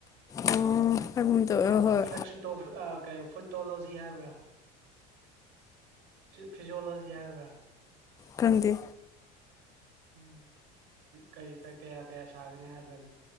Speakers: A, on the left; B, on the right.
A: ꯑꯣ ꯍꯥꯏꯒꯨꯝ ꯇꯧꯋꯦ ꯍꯣꯏ
B: ꯐꯣ ꯀ ꯐꯇꯣꯂꯣꯖꯤ ꯍꯥꯏꯕ꯭ꯔꯥ ꯐꯤꯖꯤꯌꯣꯂꯣꯖꯤ ꯍꯥꯏꯕ꯭ꯔꯥ
A: ꯀꯗ
B: ꯎ ꯀꯩ ꯀꯌꯥ ꯀꯌꯥ ꯁꯥꯒꯅꯤ ꯍꯥꯏꯕ꯭ꯔꯅꯦ